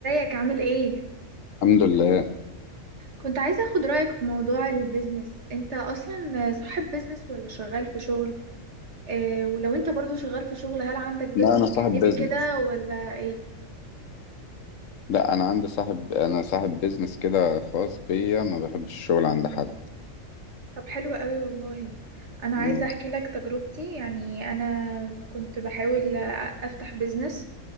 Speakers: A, on the right; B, on the left.
A: ازيك عامل ايه؟
B: الحمد لله
A: كنت عايزة اخد رأيك في موضوع البيزنس انت اصلا صاحب بيزنس ولا شغال في شغل؟ اه ولو انت برضو شغال في شغل هل عندك بيزنس
B: لا انا صاحب
A: جانبي
B: بيزنس
A: كده ولا ايه؟
B: لا انا عندي صاحب انا صاحب بيزنس كده خاص بيا ما بحبش الشغل عند حد
A: طب حلو قوي والله انا
B: مم.
A: عايزة احكي لك تجربتي يعني انا كنت بحاول افتح بيزنس